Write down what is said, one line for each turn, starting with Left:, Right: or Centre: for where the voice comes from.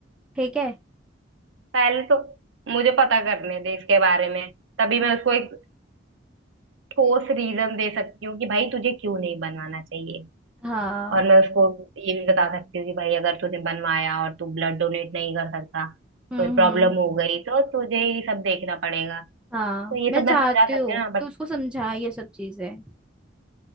Centre: ठीक है
Right: पहले तो मुझे पता करने दे इसके बारे में तभी मैं
Centre: हम्म
Right: उसको एक कोस रीज़न दे सकती हूँ कि भाई तुझे क्यों नहीं बनवाना चाहिए
Centre: हाँ
Right: और मैं उसको ये भी बता सकती हूँ कि भाई अगर तूने बनवाया और तू ब्लड डोनेट नहीं कर सका
Centre: हम्म
Right: कोई प्रॉब्लम
Centre: हम्म
Right: हो गई तो तुझे ही सब देखना पड़ेगा
Centre: हाँ
Right: तो ये
Centre: मैं
Right: सब
Centre: चाहती
Right: मैं समझा
Centre: हूँ
Right: सकती हूँ ना
Centre: तू
Right: बट
Centre: उसको समझा ये सब चीजें